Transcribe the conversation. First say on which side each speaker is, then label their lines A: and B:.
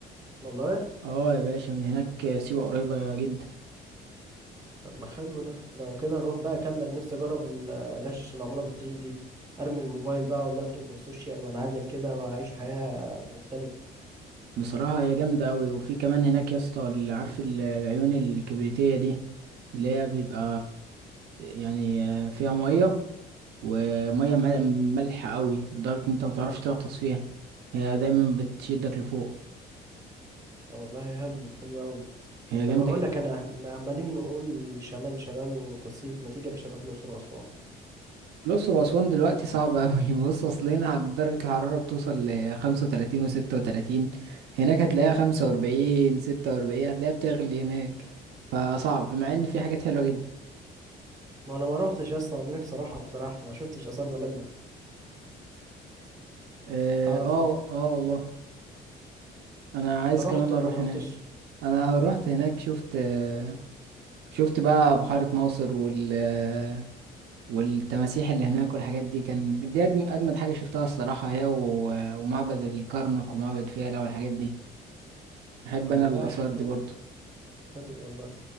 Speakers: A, on the right; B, on the right.
A: والله
B: اه يا باشا من هناك سيوة قريبة جدا
A: طب ما حلو ده لو كده نروح بقى كامب انا نفسي اجرب ال- العش اللي معموله بالطين دي ارمي الموبايل بقى واللابتوب والسوشيال وانعزل كده واعيش حياه مختلفه
B: بصراحة هي جامدة أوي وفي كمان هناك يا اسطى اللي عارف ال- العيون الكبريتية دي اللي هي بيبقى يعني فيها مية ومية مل- مالحة أوي لدرجة إن أنت متعرفش تغطس فيها هي دايما بتشدك لفوق
A: طب والله حلو حلو قوي
B: هي
A: طب
B: جامدة
A: هقول
B: جدا
A: لك انا احنا عمالين نقول شمال شمال وتصيف ما تيجي مش هنروح الاقصر واسوان
B: الأقصر وأسوان دلوقتي صعبة أوي <laughs> بص أصل هنا درجة الحرارة بتوصل لخمسة وتلاتين وستة وتلاتين هناك هتلاقيها خمسة وأربعين ستة وأربعين هتلاقيها بتغلي هناك فصعب مع إن في حاجات حلوة جدا
A: ما انا ما روحتش اصلا انا نفسي اروحها بصراحه ما شفتش اثار بلدنا
B: اه
A: تعرف
B: اه
A: انت
B: آه والله أنا عايز
A: رحت
B: كمان
A: وانا
B: أروح
A: ما روحتش
B: هناك أنا رحت هناك شفت آه، شفت بقى بحيرة ناصر وال آه، والتماسيح اللي هناك والحاجات دي كان دي أجم- أجمد حاجة شفتها الصراحة هي و- ومعبد الكرنك ومعبد فيلة والحاجات دي بحب
A: طب
B: أنا
A: والله
B: الآثار
A: حلو
B: دي برضه
A: حلو والله